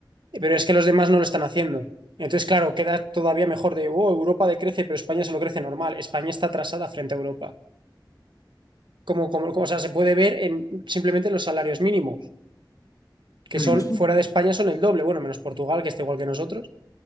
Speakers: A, on the right (about 80°); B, on the left (about 50°).
A: Pero es que los demás no lo están haciendo. Entonces, claro, queda todavía mejor de, oh, Europa decrece, pero España se lo crece normal. España está atrasada frente a Europa. Como, como, como- o sea, se puede ver en simplemente los salarios mínimos, que
B: Pero
A: son
B: yo estoy,
A: fuera de España son el doble, bueno, menos Portugal, que está igual que nosotros,